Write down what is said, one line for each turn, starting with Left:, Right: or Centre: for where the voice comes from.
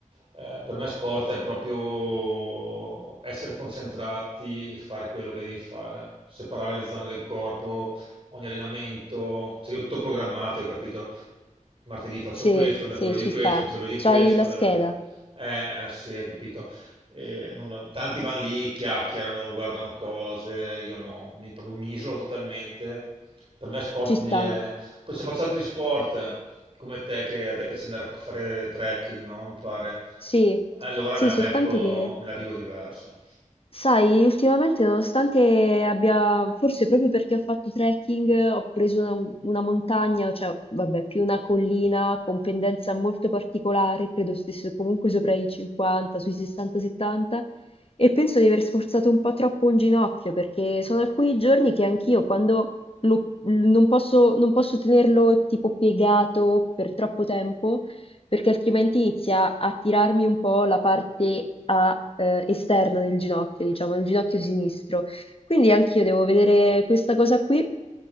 Right: eh, per me sport è proprio essere concentrati e fare quello che devi fare, separare le zone del corpo, ogni allenamento, cioè io ho tutto programmato, hai capito? martedì faccio
Left: Sì,
Right: questo, mercoledì
Left: sì, ci
Right: questo,
Left: sta.
Right: giovedì
Left: C'hai
Right: questo,
Left: la
Right: venerdì...
Left: scheda?
Right: Eh, eh, sì, hai capito. Eh, non- tanti vanno lì, chiacchierano, guardano cose, io no, mi, proprio mi isolo totalmente. Per me sport
Left: Ci sta.
Right: lì è... Poi se faccio altri sport, come te, che a te piace andare a fare trekking, no? Mi pare.
Left: Sì,
Right: Allora
Left: sì,
Right: me la
Left: soltanto
Right: becco,
Left: che,
Right: me la vivo diversa.
Left: sai, ultimamente nonostante abbia, forse proprio perché ho fatto trekking, ho preso una, una montagna, cioè, vabbè, più una collina con pendenza molto particolare, credo stesse comunque sopra i 50, sui 60-70, e penso di aver sforzato un po' troppo un ginocchio, perché sono alcuni giorni che anch'io, quando lo- non posso non posso tenerlo tipo piegato per troppo tempo, perché altrimenti inizia a tirarmi un po' la parte a, eh, esterna del ginocchio, diciamo, il ginocchio sinistro. Quindi anch'io devo vedere questa cosa qui.